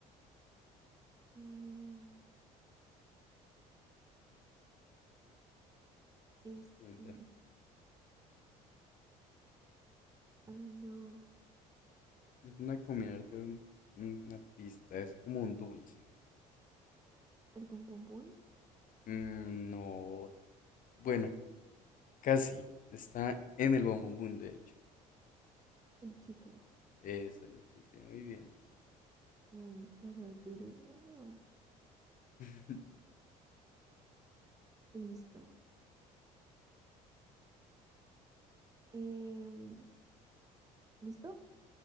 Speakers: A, on the right (about 20°); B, on the left (about 50°).
A: eh, este...
B: Piensa.
A: Ah, no.
B: Es una comida de arte, un- una pista, es como un dulce.
A: ¿El bombombón?
B: Mm, no, bueno, casi. Está en el bombombón, de hecho.
A: El chicle.
B: Es el chicle, muy bien.
A: Mm, pero duro y grande, bueno.
B: <laughs>
A: Listo. Em, ¿listo?